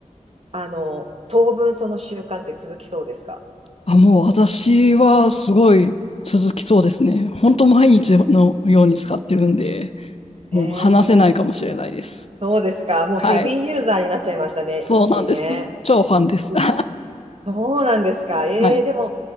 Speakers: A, on the right (about 50°); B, on the left (about 50°).
A: あの、当分その習慣って続きそうですか
B: あ、もう私はすごい続きそうですね。本当毎日のように使ってるんで、
A: え
B: もう話せないかもしれないです。
A: えー、そうですか。もうヘビーユーザーになっちゃいましたね。
B: はい。そうなんです。
A: 一気にね。
B: 超ファンです。
A: すごい
B: <laughs>
A: そうなんですか。えー、
B: はい。
A: でも、